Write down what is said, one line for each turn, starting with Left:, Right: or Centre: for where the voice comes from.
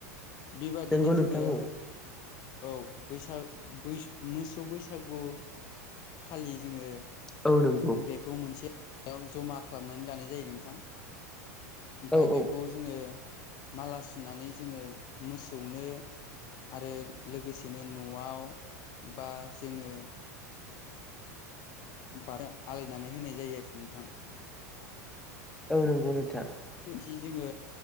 Left: बेबादिनो
Centre: नंगौ
Left: जोङो
Centre: नोंथां औ
Left: औ बैसाग बै मोसौ बैसागु खालि जोङो
Centre: औ नंगौ
Left: बेखौ मोनसे जमा खालामनानै लानाय जायो नोंथां। ओमफाय
Centre: औ
Left: बेखौ
Centre: औ
Left: जोङो माला सुनानै जोङो मोसौनो आरो लोगोसेनो न'आव बा जोङो। बाद आलायनानै होनाय जायो आरो नोंथां।
Centre: औ नंगौ नोंथां।
Left: थि जोङो